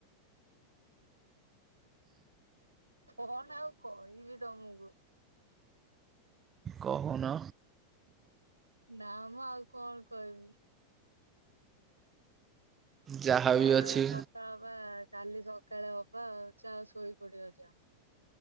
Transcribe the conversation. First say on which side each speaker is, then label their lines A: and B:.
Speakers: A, on the right; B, on the right.
A: ଓ କଣ ଆଉ କହିବି ତମକୁ।
B: କହୁନ।
A: ନା ମୁଁ ଆଉ କଣ କହିବି।
B: ଯାହା
A: ଯା
B: ବି ଅଛି
A: କଥା ହବା କାଲି ସକାଳେ ହବା ଆଉ ଯାଅ ଶୋଇ ପଡିବ ଯା।